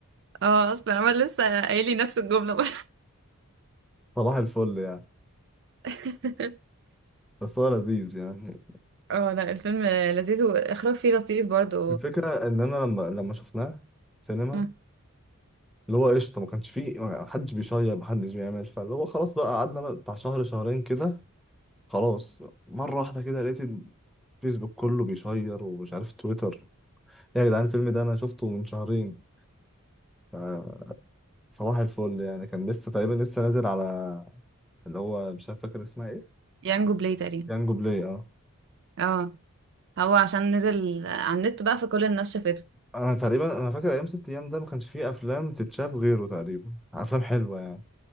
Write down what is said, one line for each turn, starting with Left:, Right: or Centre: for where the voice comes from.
Right: اه اصلا عمال لسه قايل لي نفس الجمله بقى
Centre: صباح الفل يعني
Right: <laughs>
Centre: بس هو لذيذ يعني
Right: اه لا الفيلم لذيذ واخراج فيه لطيف برضو
Centre: الفكرة ان انا لما لما شفناه سينما
Right: مم.
Centre: اللي هو قشطة ما كانش فيه ما حدش بيشير ما حدش بيعمل فاللي هو خلاص بقى قعدنا بقى بتاع شهر شهرين كده خلاص مرة واحدة كده لقيت الفيسبوك كله بيشير ومش عارف تويتر إيه يا جدعان الفيلم ده انا شفته من شهرين آه، صباح الفل يعني كان لسه تقريبا لسه نازل على اللي هو مش عارف فاكر اسمها ايه
Right: يانجو بلاي تقريبا
Centre: يانجو بلاي اه
Right: اه هو عشان نزل على النت بقى فكل الناس شافته
Centre: انا تقريبا انا فاكر ايام ست ايام ده ما كانش فيه افلام تتشاف غيره تقريبا افلام حلوه يعني